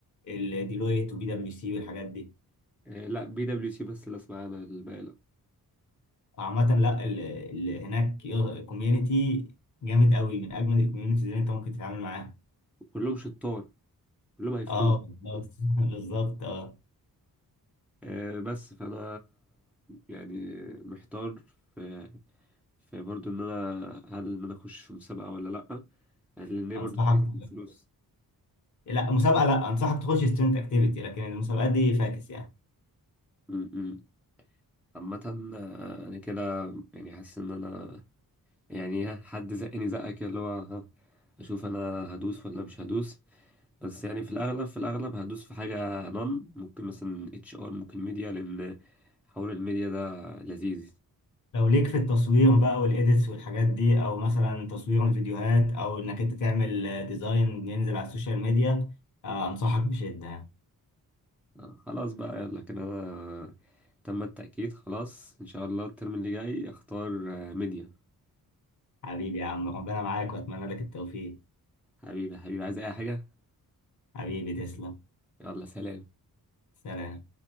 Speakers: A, on the left; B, in the centre.
A: الديلويت وبي دبليو سي والحاجات دي
B: آه، لا بي دبليو سي بس اللي اسمع انا الباقي لا
A: فعامة لا ال... ال... هناك كوميونتي جامد قوي من اجمل الكوميونتيز اللي انت ممكن تتعامل معاها
B: كلهم شطار كلهم هيفيدوك
A: اه بالظبط <laughs> بالظبط اه
B: آه، بس فانا يعني محتار في في برضو ان انا هل ان انا اخش في مسابقه ولا لا لان هي
A: انصحك
B: برضو فكره الفلوس
A: لا مسابقه لا انصحك تخش ستودنت اكتيفيتي لكن المسابقات دي فاكس يعني
B: م- م. عامه آه، انا كده يعني حاسس ان انا يعني ها حد زقني زقك كده اللي هو ها اشوف انا هدوس ولا مش هدوس بس يعني في الاغلب في الاغلب هدوس في حاجه نون ممكن مثلا اتش ار ممكن ميديا لان حوار الميديا ده لذيذ
A: لو ليك في التصوير بقى والايديتس والحاجات دي او مثلا تصوير الفيديوهات او انك انت تعمل آه، ديزاين ينزل على السوشيال ميديا آه، انصحك بشده يعني.
B: آه، خلاص بقى يلا كده انا تم التأكيد خلاص ان شاء الله الترم اللي جاي اختار آه، ميديا
A: حبيبي يا عم ربنا معاك واتمنى لك التوفيق
B: حبيبي حبيبي عايز اي حاجه
A: حبيبي تسلم
B: يلا سلام
A: سلام